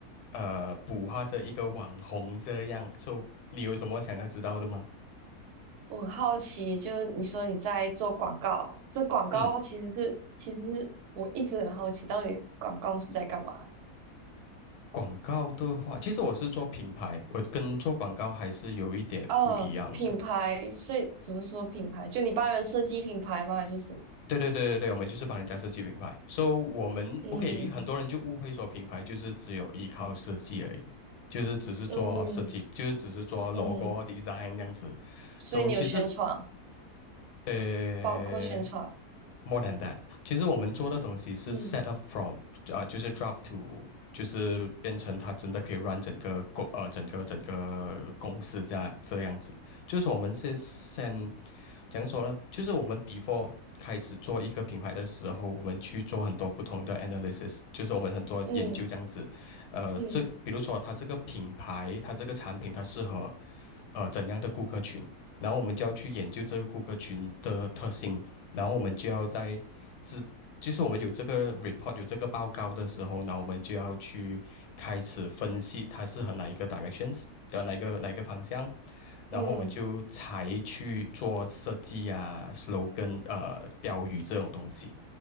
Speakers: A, on the left; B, on the right.
A: 呃捕获着一个网红这样。So，你有什么想要知道的吗？
B: 我很好奇，就是你说你在做广告，这广告其实是，
A: 嗯。
B: 其实我一直很好奇，到底广告是在干嘛？
A: 广告的话，其实我是做品牌，我跟做广告还是有一点不一样的。
B: 哦，品牌，所以怎么说品牌？就你帮人设计品牌吗？还是什么？
A: 对对对对对，我们就是帮人家设计品牌。So 我们
B: 嗯
A: OK，很多人就误会说品牌就是只有依靠设计而已，就是只是做设计，
B: 嗯
A: 就是只是做 logo
B: 嗯，
A: 啊 design 这样子。
B: 所以你有宣传，
A: So 其实呃
B: 包括宣传。
A: ，more than that，其实我们做的东西是
B: 嗯
A: set up from 啊、就是 drop to，就是变成它真的可以 run 整个公呃整个整个公司这样这样子。就是说我们先先怎样说呢？就是我们 before 开始做一个品牌的时候，我们去做很多不同的 analysis，就是我们很多研究这样子。
B: 嗯
A: 呃，
B: 嗯
A: 这个比如说它这个品牌，它这个产品它适合呃怎样的顾客群。然后我们就要去研究这个顾客群的特性，然后我们就要在自，就是我们有这个 report 有这个报告的时候，那我们就要去开始分析它适合哪一个 directions，呃，哪一个哪一个方向，然后我们就才去做设计啊、
B: 嗯，
A: slogan 呃标语这种东西。